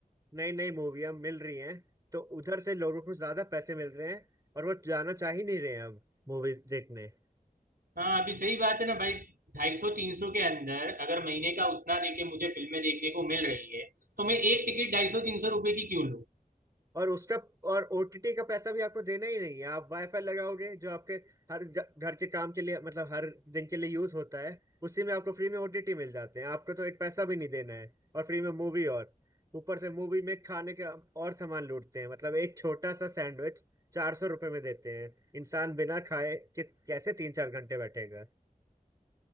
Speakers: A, on the right; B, on the right.
A: नई नई मूवियाँ मिल रही हैं तो उधर से लोगों को ज्यादा पैसे मिल रहे हैं और वो जाना चाह ही नहीं रहे हैं अब मूवी देखने
B: हाँ अभी सही बात है ना भाई ढाई सौ तीन सौ के अंदर अगर महीने का उतना देके मुझे फिल्में देखने को मिल रही है तो मैं एक टिकट ढाई सौ तीन सौ रुपए की क्यों लूं
A: और उसका और ओटीटी का पैसा भी आपको देना ही नहीं है आप वाईफाई लगाओगे जो आपके हर ग- घर के काम के लिए मतलब हर दिन के लिए यूज होता है उसी में आपको फ्री में ओटीटी मिल जाते हैं आपको तो एक पैसा भी नहीं देना है और फ्री में मूवी और ऊपर से मूवी में खाने के और सामान लूटते हैं मतलब एक छोटा सा सैंडविच चार सौ रुपये में देते हैं इंसान बिना खाए कि कैसे तीन चार घंटे बैठेगा